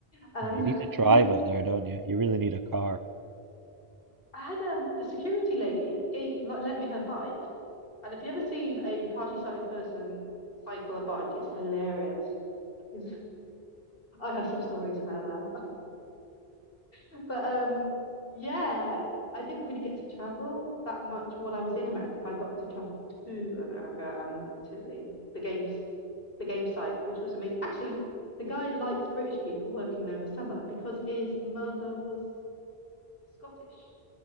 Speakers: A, on the left; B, on the right.
A: Um,
B: Yeah, you need to drive
A: <laughs>
B: out there, don't you? You really need a car.
A: I had um the security lady gave like lent me her bike, and if you ever seen a partially sighted person cycle a bike, it's hilarious. hilarious. 'Cause I have some stories about that, <laughs> but um yeah, I didn't really get to travel that much when I was in America, but I got to travel to America and to the the games the game site, which was amazing. Actually, the guy liked British people working there in the summer because his mother was Scottish